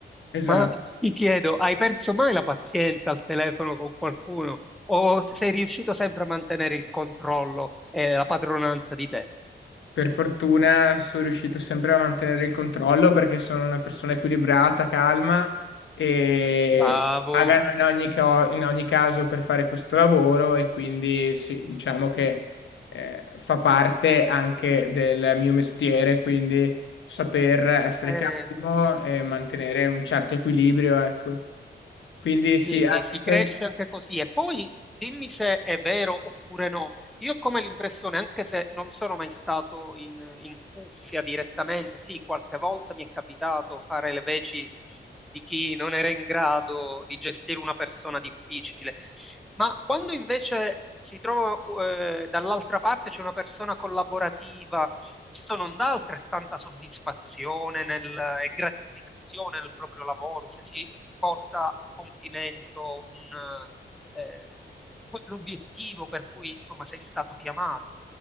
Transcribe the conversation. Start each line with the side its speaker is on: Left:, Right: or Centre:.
Left: Esatto.
Centre: Ma ti chiedo, hai perso mai la pazienza al telefono con qualcuno o sei riuscito sempre a mantenere il controllo e la padronanza di te?
Left: Per fortuna sono riuscito sempre a mantenere il controllo perché sono una persona equilibrata, calma e
Centre: Bravo.
Left: pagano in ogni, ca- in ogni caso per fare questo lavoro e quindi sì, diciamo che eh, fa parte anche del mio mestiere, quindi saper essere
Centre: Eh,
Left: calmo e mantenere un certo equilibrio, ecco. Quindi
Centre: Sì,
Left: sì,
Centre: sì,
Left: anche
Centre: si cresce
Left: per-
Centre: anche così. E poi dimmi se è vero oppure no. Io ho come l'impressione, anche se non sono mai stato in, in cuffia direttamente, sì, qualche volta mi è capitato fare le veci di chi non era in grado di gestire una persona difficile, ma quando invece si trova eh, dall'altra parte c'è una persona collaborativa, questo non dà altrettanta soddisfazione nel- e gratificazione nel proprio lavoro, se si porta a compimento un, eh, l'obiettivo per cui insomma sei stato chiamato.